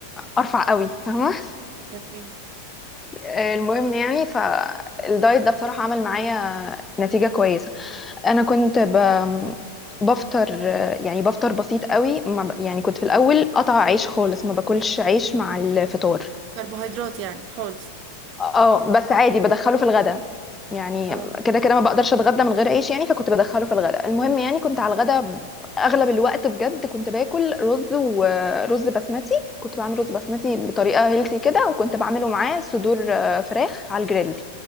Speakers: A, on the left; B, on the right.
A: ارفع قوي فاهمه <laughs>
B: تمام
A: آه، المهم يعني فالدايت ده بصراحه عمل معايا نتيجه كويسه انا كنت ب... بفطر آه، يعني بفطر بسيط قوي ما ب... يعني كنت في الاول قطع عيش خالص ما باكلش عيش مع الفطار
B: كربوهيدرات يعني خالص
A: اه بس عادي بدخله في الغدا يعني
B: اه
A: كده كده ما بقدرش اتغدى من غير عيش يعني فكنت بدخله في الغدا المهم يعني كنت على الغدا اغلب الوقت بجد كنت باكل رز ورز بسمتي كنت بعمل رز بسمتي بطريقه هيلثي كده وكنت بعمله معاه صدور آه، فراخ على الجريل